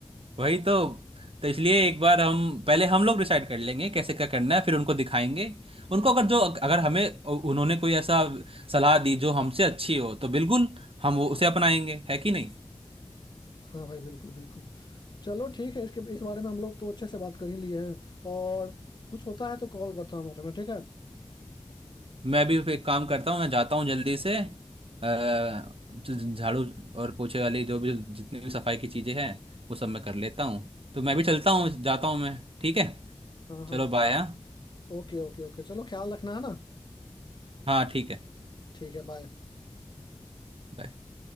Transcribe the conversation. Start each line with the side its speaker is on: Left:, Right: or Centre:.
Right: वही तो तो इसलिए एक बार हम पहले हम लोग डिसाइड कर लेंगे कैसे क्या करना है फिर उनको दिखाएंगे उनको अगर जो अगर हमें उन्होंने कोई ऐसा सलाह दी जो हमसे अच्छी हो तो बिल्कुल हम वो उसे अपनाएंगे है कि नहीं
Left: हाँ भाई बिल्कुल बिल्कुल चलो ठीक है इसके इस बारे में हम लोग तो अच्छे से बात कर ही लिए हैं और कुछ होता है तो कॉल करता हूँ मैं तुम्हें ठीक है
Right: मैं भी एक काम करता हूँ मैं जाता हूँ जल्दी से अ, झाड़ू और पोछे वाली जो भी जितनी भी सफाई की चीज़ें हैं वो सब मैं कर लेता हूँ तो मैं भी चलता हूँ जाता हूँ मैं ठीक है
Left: हाँ हाँ
Right: चलो
Left: हाँ।
Right: बाय हाँ
Left: ओके ओके ओके चलो ख्याल रखना है ना
Right: हाँ, ठीक है
Left: ठीक है बाय
Right: bye।